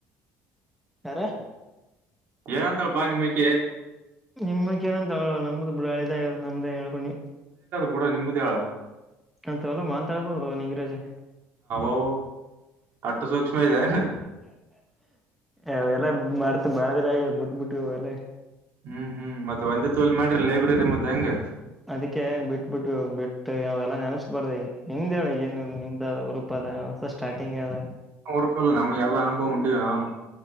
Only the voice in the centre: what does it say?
ಯಾರ
ನಿಮಗ್ ಏನಂತಗ ನಮ್ದು ಬಿಡಾಳೆದ ಆಗ ನಮ್ದೇಏನ್ ಹೇಕಿ
ಅಂತ ಎಲ್ಲ ಮಾತಾಡಬಾರದು ಅವ ನೀಂಗರಾಜೆ
ಅವೆಲ್ಲ ಮರ್ತ ಬಾಳ್ದರ ಆಗ ಬಿಟ್ಬಿಟ್ಟ ಅವೆಲ್ಲ
ಅದಕ್ಕೆ ಬಿಟ್ಟ ಬಿಟ್ಟ ಬಿಟ್ಟು ಅವದೆಲ್ಲಾ ನೆನಸ್ಬಾರ್ದ ನಿಮ್ದ ಹೇಳ ಏನ ನಿಮ್ದ ಅ ಉರುಪ ಅದ ಹೊಸ ಸ್ಟಾರ್ಟಿಂಗ್ ಅದ